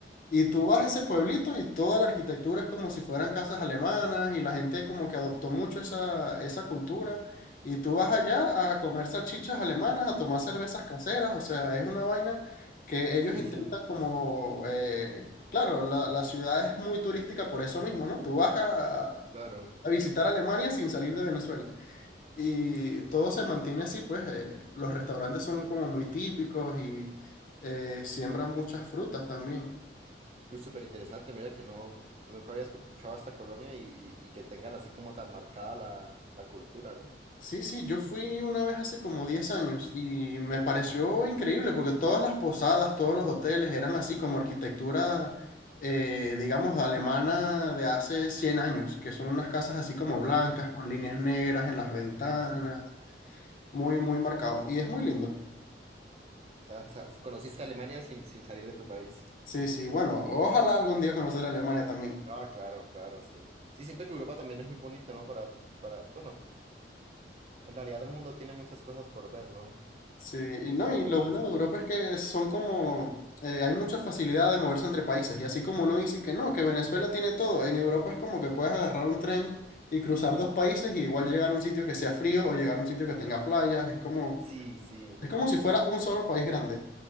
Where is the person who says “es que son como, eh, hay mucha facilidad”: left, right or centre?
Left